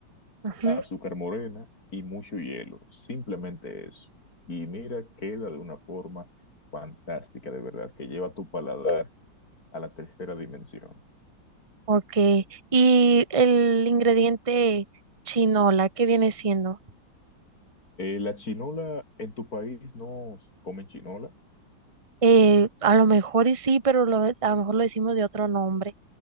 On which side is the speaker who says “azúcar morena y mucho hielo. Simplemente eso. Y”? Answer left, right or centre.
Left